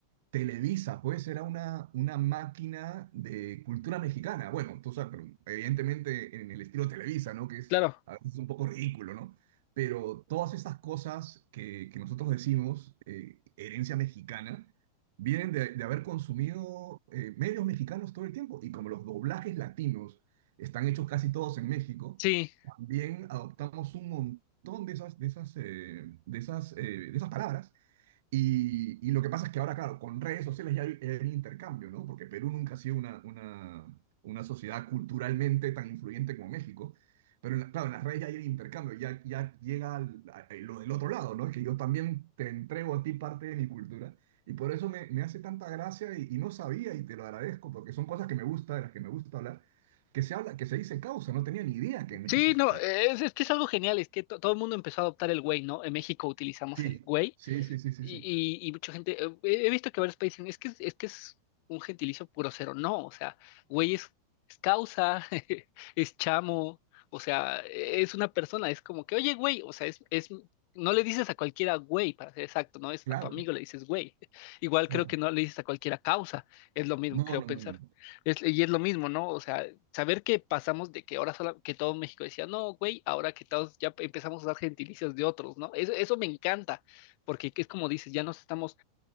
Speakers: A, on the right; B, on the left.
A: Televisa, pues era una, una máquina de cultura mexicana. Bueno, tú sabes, pero evidentemente en el estilo Televisa, ¿no? Que es
B: Claro,
A: a veces un poco ridículo, ¿no? Pero todas estas cosas que, que nosotros decimos, eh, herencia mexicana, vienen de, de haber consumido eh, medios mexicanos todo el tiempo. Y como los doblajes latinos están hechos casi todos en México,
B: sí,
A: también adoptamos un montón de esas, de esas, eh, de esas, eh, de esas palabras y, y lo que pasa es que ahora, claro, con redes sociales ya hay, hay un intercambio, ¿no? Porque Perú nunca ha sido una, una, una sociedad culturalmente tan influyente como México. Pero en la- claro, en las redes ya hay el intercambio, ya, ya llega al- a- a lo del otro lado, ¿no? es Que yo también te entrego a ti parte de mi cultura. Y por eso me, me hace tanta gracia y, y no sabía y te lo agradezco porque son cosas que me gusta, de las que me gusta hablar, que se habla, que se dice causa. No tenía ni idea que en México
B: sí,
A: se
B: no,
A: usaba.
B: es, es que es algo genial, es que to- todo el mundo empezó a adoptar el güey, ¿no? En México utilizamos
A: Sí,
B: el güey
A: sí, sí, sí, sí,
B: Y,
A: sí.
B: y- y mucha gente, eh, he he visto que varios países dicen, es que, es es que es un gentilicio puro cero No, o sea, güey es, es causa, <laughs> es chamo, o sea, es una persona, es como que, oye, güey, o sea, es, es, no le dices a cualquiera güey, para ser exacto, no es
A: Claro,
B: a tu amigo le dices güey. <laughs> Igual
A: claro.
B: creo que no le dices a cualquiera causa, es lo mismo,
A: No,
B: creo
A: no,
B: pensar.
A: no, no. no.
B: Es, y es lo mismo, ¿no? O sea, saber que pasamos de que ahora solo, que todo México decía, no, güey, ahora que todos ya empezamos a usar gentilicios de otros, ¿no? Eso, eso me encanta porque es como dices, ya nos estamos